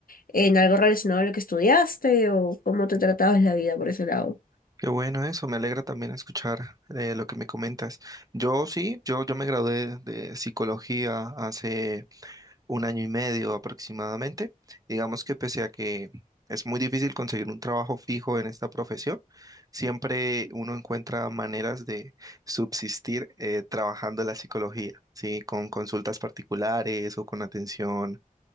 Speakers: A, on the left; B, on the right.
A: en algo relacionado a lo que estudiaste o cómo te tratabas la vida por ese lado?
B: Qué bueno eso, me alegra también escuchar eh, lo que me comentas. Yo sí, yo, yo me gradué de psicología hace un año y medio aproximadamente. Digamos que pese a que es muy difícil conseguir un trabajo fijo en esta profesión, siempre uno encuentra maneras de subsistir eh, trabajando la psicología, ¿sí? Con consultas particulares o con atención